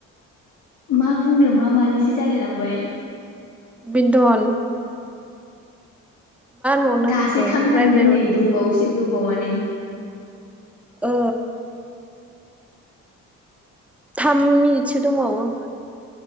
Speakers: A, on the left; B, in the centre.
A: मा बुंनो मा मानोसो जालाय लांबाय
B: बेनथन होनबावनांगौ
A: दासो थाम थांदों
B: रायलायबावदों
A: नै दंबावोसो गोबावानो
B: ओ थाम मिनिटसो दंबावो।